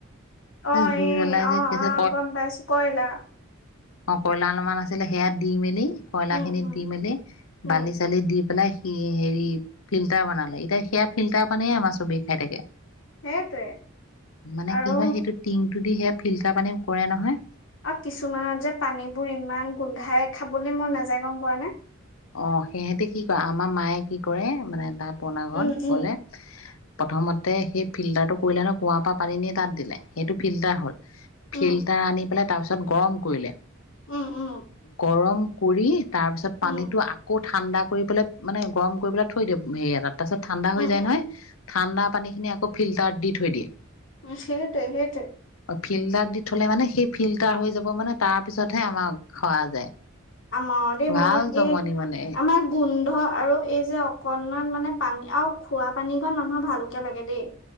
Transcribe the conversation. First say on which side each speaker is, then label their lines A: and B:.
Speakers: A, on the left; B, on the left.
A: অহ
B: জুই
A: এহ
B: জ্বলাই যে
A: অ
B: কি আছিলে
A: অ গম পাইছোঁ কয়লা
B: অহ কয়লা অলপমান আছিলে সেয়া দি মেলি কঢ়লাখিনিত
A: উম উম
B: দি মেলি বালি
A: উম
B: চালি দি পেলাই কি হেৰি ফিল্টাৰ বনালে এতিয়া সেয়া ফিল্টাৰৰ পানীয়ে আমাৰ চবে খাই থাকে।
A: সেইটোৱে
B: মানে
A: আৰু
B: কি হয় সেইটো টিঙটো দিহে ফিল্টাৰ পানী কৰে নহয়
A: অ কিছুমানত যে পানীবোৰ ইমান গোন্ধাই খাবলৈ মই নেযায় গম পোৱা নে
B: অ সিহঁতে কি ক আমাৰ মায়ে মানে কি কৰে মানে তাত পনা
A: উম
B: ঘন
A: উম
B: গলে প্ৰথমতে সেই ফিল্টাৰটো কৰিলে নহয় কুঁৱাৰ পৰা পানী নি তাত দিলে সেইটো ফিল্টাৰ হ'ল ফিল্টাৰ
A: উম
B: আনি পেলাই তাৰপিছত গৰম কৰিলে
A: উম উম
B: গৰম কৰি তাৰপিছত পানীত
A: উম উম
B: আকৌ ঠাণ্ডা কৰি পেলাই মানে গৰম কৰি পেলাই থৈ দিম হেৰি এটাত তাৰ পছত ঠাণ্ডা
A: উম
B: হৈ যায়
A: উম
B: নহয় ঠাণ্ডা পানী খিনি আকৌ ফিল্টাৰ দি থৈ দিয়ে
A: উ সেইটোৱ সেইটেৱেই
B: ফিল্টাৰ দি থলে মানে সেই ফিল্টাৰ হৈ যাব মানে তাৰ পিছতহে আমাৰ খোৱা যায়
A: আমৰে
B: ভাল
A: মই
B: জমনি
A: এই
B: মানে
A: আমাৰ গোন্ধ আৰু এই যে অকনমান মানে পানী আৰু খোৱা পানী গণ মানুহৰ ভালকে লাগে দেই